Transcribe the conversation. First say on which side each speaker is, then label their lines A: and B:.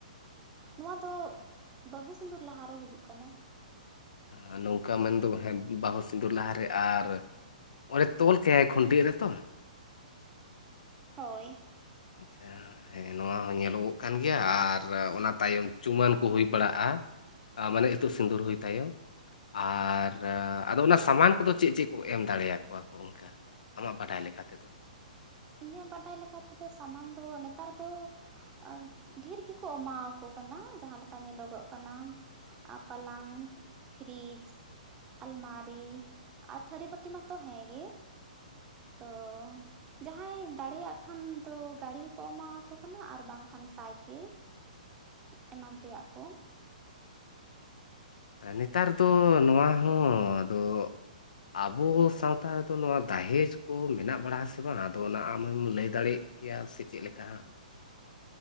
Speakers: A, on the right; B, on the left.
A: ᱱᱚᱣᱟ ᱫᱚ ᱵᱟᱹᱦᱩ ᱥᱤᱸᱫᱩᱨ ᱞᱟᱦᱟ ᱨᱮ ᱦᱩᱭᱩᱜ ᱠᱟᱱᱟ᱾
B: ᱟ ᱱᱚᱝᱠᱟ ᱢᱮᱱᱫᱚ ᱦᱮᱸ ᱵᱟᱹᱦᱩ ᱥᱤᱸᱫᱩᱨ ᱞᱟᱦᱟᱨᱮ ᱟᱨ ᱚᱸᱰᱮ ᱛᱚᱞ ᱠᱟᱭᱟᱭ ᱠᱷᱩᱱᱴᱤ ᱨᱮᱛᱚ᱾
A: ᱦᱳᱭ᱾
B: ᱟᱪᱪᱷᱟ ᱦᱮᱸ ᱱᱚᱣᱟ ᱦᱚᱸ ᱧᱮᱞᱚᱜᱚᱜ ᱠᱟᱱ ᱜᱮᱭᱟ ᱟᱨ ᱚᱱᱟ ᱛᱟᱭᱚᱢ ᱪᱩᱢᱟᱹᱱ ᱠᱚ ᱦᱩᱭ ᱵᱟᱲᱟᱜ-ᱟ᱾ ᱢᱟᱱᱮ ᱤᱛᱩᱫ ᱥᱤᱸᱫᱩᱨ ᱦᱩᱭ ᱛᱟᱭᱚᱢ᱾ ᱟᱨ ᱟᱫᱚ ᱚᱱᱟ ᱥᱟᱢᱟᱱ ᱠᱚᱫᱚ ᱪᱮᱫ ᱪᱮᱫ ᱠᱚ ᱮᱢ ᱫᱟᱲᱮᱭᱴ ᱟᱠᱚᱣᱟ ᱠᱚ ᱚᱱᱠᱟ? ᱟᱢᱟᱜ ᱵᱟᱰᱟᱭ ᱞᱮᱠᱟ ᱛᱮᱫᱚ᱾
A: ᱤᱧᱟᱹᱜ ᱵᱟᱰᱟᱭ ᱞᱮᱠᱟ ᱛᱮᱫᱚ ᱥᱟᱢᱟᱱ ᱫᱚ ᱱᱮᱛᱟᱨ ᱫᱚ ᱟ ᱰᱷᱮᱨ ᱜᱮᱠᱚ ᱮᱢᱟᱣᱟᱠᱚ ᱠᱟᱱᱟ ᱡᱟᱦᱟᱸ ᱞᱮᱠᱟ ᱧᱮᱞᱚᱜᱚᱜ ᱠᱟᱱᱟ᱾ ᱟᱨ ᱯᱟᱞᱟᱝ, ᱯᱷᱨᱤᱡᱽ, ᱟᱞᱢᱟᱨᱤ ᱟᱨ ᱛᱷᱟᱹᱨᱤ ᱵᱟᱴᱤ ᱢᱟ ᱛᱚ ᱦᱮᱜᱮ᱾ ᱛᱚ ᱡᱟᱦᱟᱸᱭ ᱫᱟᱲᱮᱭᱟᱜ ᱠᱷᱟᱱ ᱫᱚ ᱜᱟᱲᱤ ᱦᱚᱸᱠᱚ ᱮᱢᱟᱣᱟᱠᱚ ᱠᱟᱱᱟ ᱟᱨ ᱵᱟᱝᱠᱷᱟᱱ ᱥᱟᱭᱠᱮᱞ᱾ ᱮᱢᱟᱱ ᱛᱮᱭᱟᱜ ᱠᱚ᱾
B: ᱦᱮᱸ ᱱᱮᱛᱟᱨ ᱫᱚ ᱱᱚᱣᱟ ᱦᱚᱸ ᱟᱫᱚ ᱟᱵᱚ ᱵᱚ ᱥᱟᱶᱛᱟ ᱨᱮᱫᱚ ᱱᱚᱣᱟ ᱫᱟᱦᱮᱡᱽ ᱠᱚ ᱢᱮᱱᱟᱜ ᱵᱟᱲᱟᱜ ᱴ-ᱟ ᱥᱮ ᱵᱟᱝ ᱟᱫᱚ ᱚᱱᱟ ᱟᱢ ᱢᱮᱢ ᱞᱟᱹᱭ ᱫᱟᱲᱮᱜ ᱠᱮᱭᱟ ᱥᱮ ᱪᱮᱫ ᱞᱮᱠᱟ ᱦᱟᱸᱜ᱾